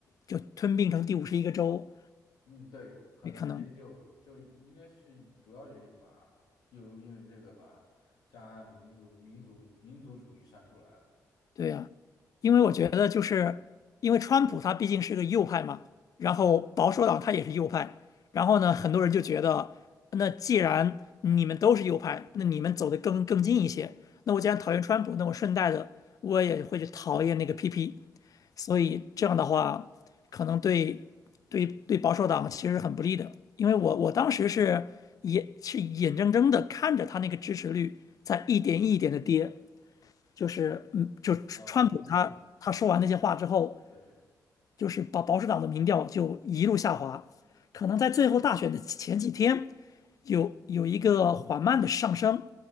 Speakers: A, on the left; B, on the left.
A: 就吞并成第五十一个州，
B: 嗯，对，可能是就就应该是主要原因吧，
A: 也可能。
B: 又因为这个把加拿大的民族民族民族主义删出来了
A: 对呀，因为我觉得就是因为川普他毕竟是个右派嘛，然后保守党他也是右派，然后呢，很多人就觉得，那既然你们都是右派，那你们走得更更近一些，那我既然讨厌川普，那我顺带的我也会去讨厌那个 PP，所以这样的话，可能对对对保守党其实是很不利的，因为我我当时是眼是眼睁睁的看着他那个支持率在一点一点的跌。就是嗯，就川普他他说完那些话之后，
B: 啊，PP 嘛，对
A: 就是保保守党的民调就一路下滑，可能在最后大选的前几天有有一个缓慢的上升，